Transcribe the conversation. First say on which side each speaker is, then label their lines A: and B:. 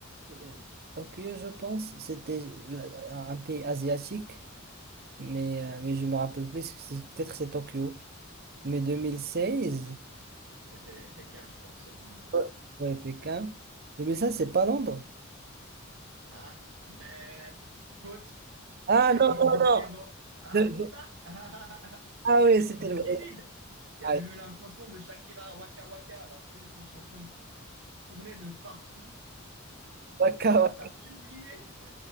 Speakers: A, on the right (about 50°); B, on the right (about 70°).
A: Euh, Tokyo, je pense, c'était la- un pays asiatique, mais, euh, mais je me rappelle plus, que c'est- peut-être c'est Tokyo. Mais deux mille seize
B: C'était Pékin, je pense, 2020.
A: ouais, ouais, Pékin. 2016, c'est pas Londres.
B: Ah, mais faute.
A: Ah
B: C'était
A: non,
B: Rio
A: non,
B: de Janeiro.
A: non.
B: Ah,
A: De-
B: trop
A: de-
B: tard. <laughs>
A: Ah oui, c'était
B: Le
A: le...
B: Brésil. Il
A: Ah,
B: y avait même la chanson de Shakira, Waka Waka, la célèbre chanson qui tournait de partout.
A: d'accord.
B: Comment t'as pu oublier?